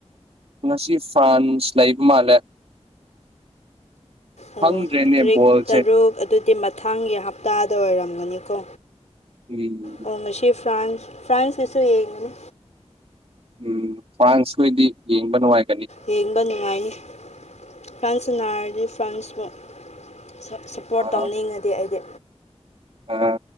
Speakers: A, on the right (about 55°); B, on the left (about 80°).
A: ꯉꯁꯤ ꯐ꯭ꯔꯥꯟꯁ ꯂꯩꯕ ꯃꯥꯜꯂꯦ
B: ꯑꯣ
A: ꯈꯪꯗ꯭ꯔꯦꯅꯦ
B: ꯇ꯭ꯔꯤꯛ
A: ꯕꯣꯜꯁꯦ
B: ꯇꯔꯨꯛ ꯑꯗꯨꯗꯤ ꯃꯊꯪꯒꯤ ꯍꯞꯇꯥꯗ ꯑꯣꯏꯔꯝꯒꯅꯤꯀꯣ
A: ꯎꯝ
B: ꯑꯣ ꯉꯁꯤ ꯐ꯭ꯔꯥꯟꯁ ꯐ꯭ꯔꯥꯟꯁꯀꯤꯁꯨ ꯌꯦꯡꯉꯅꯤ
A: ꯎꯝ ꯐ꯭ꯔꯥꯟꯁꯈꯣꯏꯗꯤ ꯌꯦꯡꯕ ꯅꯨꯡꯉꯥꯏ
B: ꯌꯦꯡꯕ ꯅꯨꯡꯉꯥꯏꯅꯤ ꯐ꯭ꯔꯥꯟꯁ ꯁꯥꯟꯅꯥꯔꯗꯤ ꯐ꯭ꯔꯥꯟꯁꯄꯨ ꯁꯥ ꯁꯞ__ ꯄꯣꯔ꯭ꯠ
A: ꯑꯥ
B: ꯇꯧꯅꯤꯡꯉꯗꯤ ꯑꯩꯗꯤ
A: ꯑꯥ